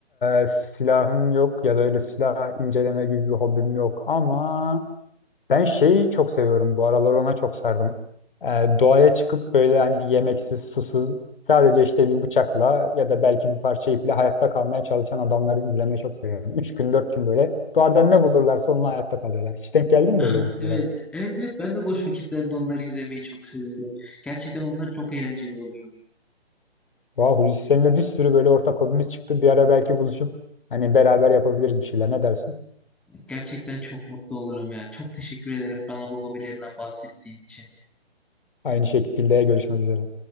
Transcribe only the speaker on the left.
e, silahım yok ya da öyle silah inceleme gibi bir hobim yok. Ama ben şeyi çok seviyorum. Bu aralar ona çok sardım. E, doğaya çıkıp böyle hani yemeksiz, susuz sadece işte bir bıçakla ya da belki bir parça iple hayatta kalmaya çalışan adamları izlemeyi çok seviyorum. Üç gün, dört gün böyle doğadan ne bulurlarsa onunla hayatta kalıyorlar. Hiç denk geldin mi
böyle videolara?
Vah Hulusi seninle bir sürü böyle ortak hobimiz çıktı. Bir ara belki buluşup hani beraber yapabiliriz bir şeyler. Ne dersin?
Aynı şekilde görüşmek üzere.